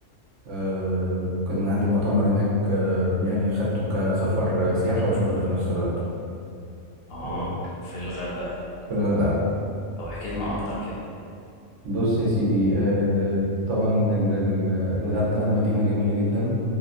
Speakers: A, on the right; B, on the left.
A: آه، كان عندي مؤتمر هناك آه، يعني اخدته كسفر آه، سياحة وشغل في نفس الوقت
B: آه
A: آه،
B: في الغردقة
A: في الغردقة
B: طب احكي لنا أكتر كده
A: بص يا سيدي آه، طبعا ال- ال- الغردقة مدينة جميلة جدا